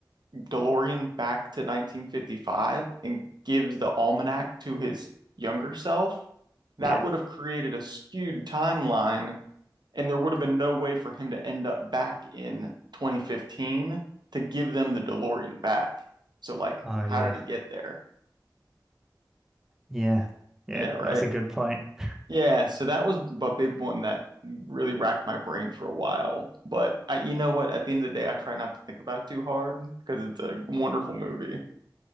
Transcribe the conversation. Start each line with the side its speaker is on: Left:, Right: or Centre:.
Right: DeLorean back to 1955 and gives the almanac to his younger self, that
Centre: Yeah.
Right: would have created a skewed timeline and there would have been no way for him to end up back in 2015 to give them the DeLorean back. So like,
Centre: Oh
Right: how
Centre: yeah.
Right: did it get there?
Centre: Yeah. Yeah.
Right: Yeah, right.
Centre: That's a good point. <laughs>
Right: Yeah, so that was a big one that really racked my brain for a while. But I, you know what? At the end of the day, I try not to think about it too hard because it's a wonderful movie.